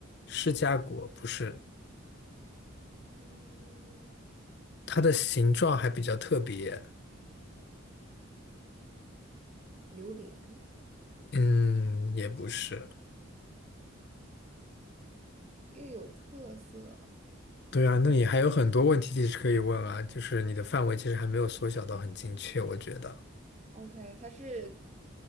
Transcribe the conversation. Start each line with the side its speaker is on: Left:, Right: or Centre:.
Left: 释迦果不是，
Right: 嗯，
Left: 它的形状还比较特别。
Right: 榴莲
Left: 嗯，也不是。
Right: 又有特色，
Left: 对啊，那你还有很多问题其实可以问啊，
Right: 然后
Left: 就是你的范围其实还没有缩小到很精确，我觉得，
Right: OK，它是